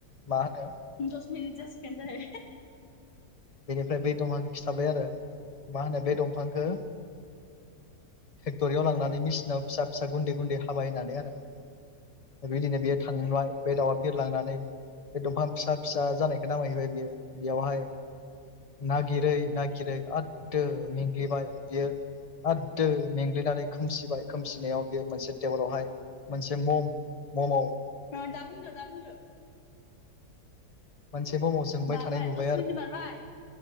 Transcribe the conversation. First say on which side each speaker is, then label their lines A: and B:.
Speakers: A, on the left; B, on the left.
A: मा होनो
B: दस मिनिट जासिगोनदै
A: बेनिफ्राय बै दंफांखौ खिथाबाय आरो मा होनो बे दंफांखौ फेक्ट'रियाव लांनानै मेसिनाव फिसा फिसा गुन्दै गुन्दै हाबाय होननानै आरो बिबायदिनो बेयो थांबाय बे दाउआ बिरलांनानै बे दंफां फिसा फिसा जानायखौ नामायहैबाय बियो बेयावहाय नागिरै नागिरै आद मेंलि बा बियो आरोदो मेंग्लिनानै खोमसिबाय खोमसिनायाव बेयो मोनसे टेबोलावहाय मोनसे मम मम'
B: दा बुंदो दा बुंदो
A: मोनसे बमाव जोंबाय
B: बारबाय
A: थानाय नुबाय
B: दस
A: आरो
B: मिनिट
A: <unintelligible>
B: बारबाय